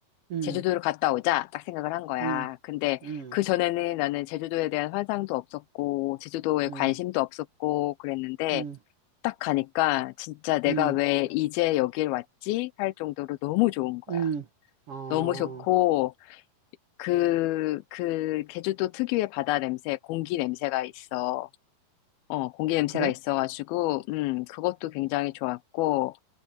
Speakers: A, on the right (about 55°); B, on the left (about 85°).
A: 음.
B: 제주도를 갔다 오자 딱 생각을 한 거야.
A: 음.
B: 근데
A: 음.
B: 그 전에는 나는 제주도에 대한 환상도 없었고 제주도에
A: 음.
B: 관심도 없었고 그랬는데
A: 음.
B: 딱 가니까 진짜 내가
A: 음.
B: 왜 이제 여길 왔지? 할 정도로 너무 좋은 거야.
A: 음. 어,
B: 너무 좋고 그, 그, 제주도 특유의 바다 냄새, 공기 냄새가 있어. 어, 공기 냄새가
A: 그래?
B: 있어가지고, 음, 그것도 굉장히 좋았고,